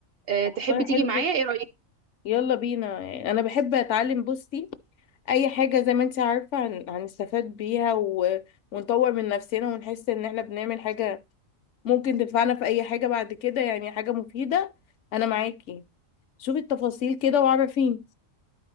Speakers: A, on the right; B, on the left.
A: آه،
B: طب
A: تحبي
B: والله حلو
A: تيجي معايا
B: جدا
A: ايه رايك
B: يلا بينا يعني انا بحب اتعلم بصي اي حاجة زي ما انت عارفة هن- هنستفاد بيها و... ونطور من نفسنا ونحس ان احنا بنعمل حاجة ممكن تنفعنا في اي حاجة بعد كده يعني حاجة مفيدة انا معاكي شوفي التفاصيل كده وعرفيني